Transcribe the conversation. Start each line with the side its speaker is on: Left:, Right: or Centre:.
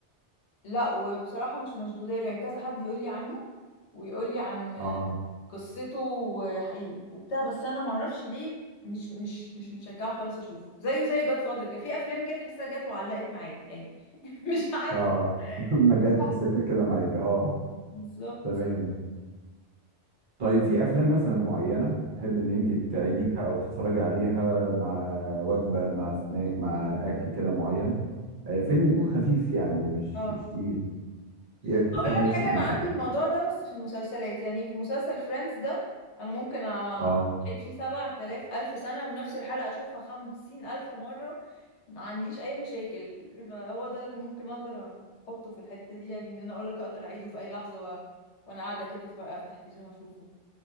Left: لا وبصراحة مش مشدودة له يعني كذا حد يقول لي عنه ويقول لي عن
Right: اه
Left: قصته وحقيقي وبتاع بس انا معرفش ليه مش مش مش متشجعة خالص اشوفه زيه زي جاد فاذر كان في افلام كده تحسها جت وعلقت معايا يعني <laughs> مش عارفة
Right: اه <laughs> ما جت
Left: مش عارفة
Right: في سكة كده معاك آه
Left: بالظبط
Right: تمام طيب في افلام مثلا معينه تحب ان انت
Left: مم.
Right: تعيديها او تتفرجي عليها مع وجبه مع سناك مع اكل كده معين آه، فيلم يكون خفيف يعني مش
Left: اه
Right: مش تقيل يفتح
Left: اقول لك
Right: نفسك
Left: حاجه انا
Right: مثلا
Left: عندي الموضوع ده بس في المسلسلات يعني في مسلسل فريندز ده انا ممكن أ-
Right: اه
Left: اقعد فيه سبعة آلاف الف سنه ونفس الحلقه اشوفها خمسين الف مره ما عنديش اي مشاكل فهو ده اللي ممكن اقدر احطه في الحته دي يعني ان انا اقول لك اقدر اعيده في اي لحظه و... وانا قاعده كده اتفرج افتح تلفزيون اشوفه